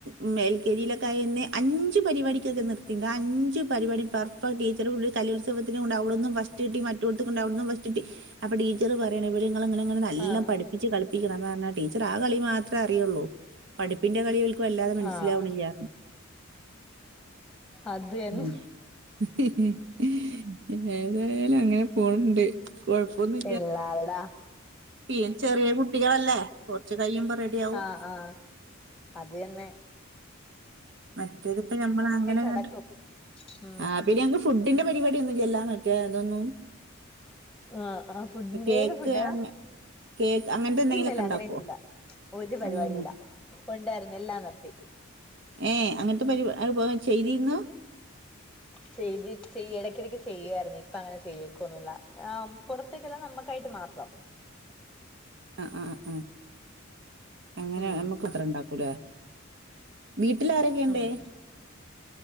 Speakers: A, on the right; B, in the centre.
A: ഉം എ ൽ ജി ലൊക്കെ ആയന്ന് അഞ്ച് പരിപാടിക്കൊക്കെ നിർത്തിട്ടണ്ട് അഞ്ച് പരിപാടി പെർഫക്ട് ടീച്ചർ കൂ കലോത്സം വതിന്കൊണ്ടോയി അവിടുന്നു ഫസ്റ്റ് കിട്ടി മറ്റൊടുത്തുക്ക്ണ്ടോയി അവിടുന്നു ഫസ്റ്റ് കിട്ടി അപ്പൊ ടീച്ചർ പറയാണേ ബാലേ ങ്ങള് <unintelligible> ങ്ങനെ എല്ലാം
B: ആഹ്
A: പഠിപ്പിച്ച് കളിപ്പിക്കണം എന്ന് പറഞ്ഞാ ടീച്ചർ ആ കളി മാത്രമേ അറിയുള്ളൂ പഠിന്റെ കളിഓല്ക് വല്ലാതെ മനസ്സിലാവണില്യ
B: ആഹ് അത് തന്നെ
A: ഉം ഇഹ് ഹി ഹി ഹീം ഏതായാലും അങ്ങനെ പോണ് ണ്ട് കാെഴപ്പാെന്നു
B: ഇല്ലാടാ
A: പിയൻ ചെറിയ കുട്ടികളല്ലേ കൊറ്ച്ച് കയ്യുമ്പാെറെഡിയാവും
B: ആഹ് ആഹ് അത് യെന്നെ
A: മറ്റത്പ്പ ഞമ്മളങ്ങനങ്ങ്ട്ട്
B: നടക്കും ഉം
A: ആഹ് പിലയങ്ങ് ഫുഡിന്റെ പരിവാടിയൊന്നുല്യല്ലാ മറ്റേ തൊന്നും
B: ആഹ് ആഹ് ഫുഡിൻ
A: കേക്ക്
B: ഏത് ഫുഡ്
A: അങ്ങ കേക്ക് അങ്ങനത്തെ എന്തെങ്കിലുമൊക്കെ
B: ഇല്ലല്ല
A: ഉണ്ടാക്കുവോ
B: അങ്ങനെയൊന്നുല്ല ഒര്പരിവാടില്ല
A: അങ്ങനെ ഒന്നും
B: ഉണ്ടാര്ന്ന്എല്ലാം നിർത്തി
A: ഏഹ് അങ്ങൻത്തെ പരിവ അത് പോ ചെയ്തിര്ന്നു
B: ചെയ്ത് ചെയ്യ എടക്കിടക്ക് ചെയ്യുവായിര്ന്നു ഇപ്പ അങ്ങനെ ചെയ്യക്കുന്നുല്ല നാം പാെറത്തേക്കെല്ലാം നമ്മക്കായിട്ട് മാത്രം
A: അങ്ങ അങ്ങ അങ്ങനെ
B: ഉം
A: ഞമ്മക്കും അത്ര ഇണ്ടാക്കുലേ വീട്ടിലാരെക്കെയ്ണ്ട്
B: ഉം